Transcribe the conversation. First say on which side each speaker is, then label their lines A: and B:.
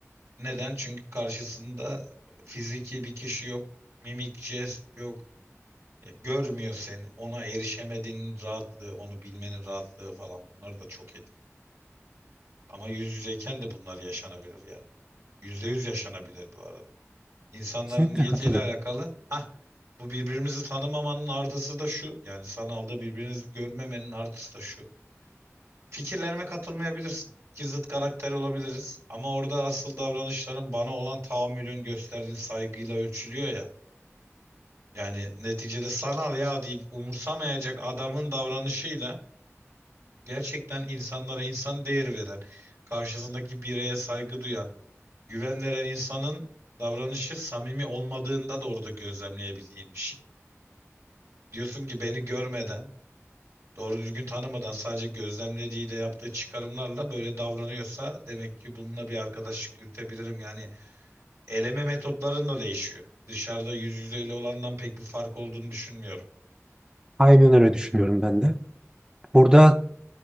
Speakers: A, on the right (about 60°); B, on the right (about 15°).
A: Neden? Çünkü karşısında fiziki bir kişi yok, mimik, jest yok. Ya, Görmüyor seni. Ona erişemediğinin rahatlığı, onu bilmenin rahatlığı falan bunlar da çok etki. Ama yüz yüzeyken de bunlar yaşanabilir yani. Yüzde yüz yaşanabilir bu arada. İnsanların
B: Kesinlikle
A: niyetiyle
B: katılıyorum.
A: alakalı. Hah, bu birbirimizi tanımamanın artısı da şu. Yani sanalda birbirinizi görmemenin artısı da şu. Fikirlerime katılmayabilirsin. İki zıt karakter olabiliriz. Ama orada asıl davranışların bana olan tahammülün gösterdiğin saygıyla ölçülüyor ya. Yani neticede sanal ya deyip umursamayacak adamın davranışıyla gerçekten insanlara insan değeri veren, karşısındaki bireye saygı duyan, güven veren insanın davranışı samimi olmadığında da orada gözlemleyebildiğin bir şey. Diyorsun ki beni görmeden, doğru düzgün tanımadan sadece gözlemlediğiyle yaptığı çıkarımlarla böyle davranıyorsa demek ki bununla bir arkadaşlık yürütebilirim. Yani eleme metotların da değişiyor. Dışarıda yüz yüzeyle olandan pek bir fark olduğunu düşünmüyorum.
B: Aynen öyle düşünüyorum ben de. Burada